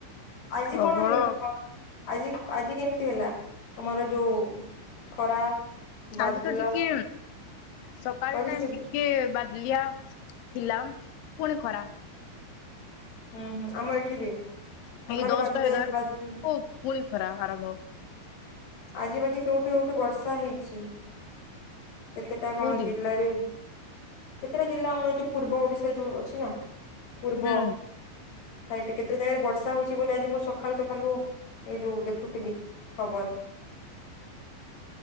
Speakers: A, on the left; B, on the left.
A: ଆଜି
B: ପ୍ରବଳ
A: କଣ ହେଲା! ଫ ଆଜିକ ଆଜି କେମିତି ହେଲା ତମର ଯୋଉ ଖରା! ବାଦଲ
B: ଆଜି ତ ଟିକେ ସକାଳ
A: କରିଛି
B: ଟାଇମ ଟିକେ ବା ତିଲିଆ ଥିଲା ପୁଣି ଖରା!
A: ହୁଁ ହୁଁ ଆମ ଏଠିବି, ତ
B: ଏଇ
A: ଖାଲି
B: ଦଶଟା
A: ବାଧି ଦ
B: ଏଗାର
A: ବାଦ
B: ପୁଣି ଖରା ଆରମ୍ଭ!
A: ଆଜି ବାକି କେଉଁଠି କୋଉଠି ବର୍ଷା ହେଇଚି! କେତେଟା କଣ
B: କୋଉଠି
A: ଜିଲ୍ଲାରେ କେତେଟା ଜିଲ୍ଲା ଆମର ଯୋଉ ପୂର୍ବ ଓଡିଶାରେ ଯୋଉ ଅଛିନା! ପୂର୍ବ
B: ହୁଁ
A: ସାଇଟି କେତେ ଟା ଜାଗାରେ ବର୍ଷା ହଉଚି ବୋଲି ଆଜି ମୁଁ ସକାଳୁ ସକାଳୁ ଏ ଯୋଉ ଦେଖୁଥିଲି ଖବର!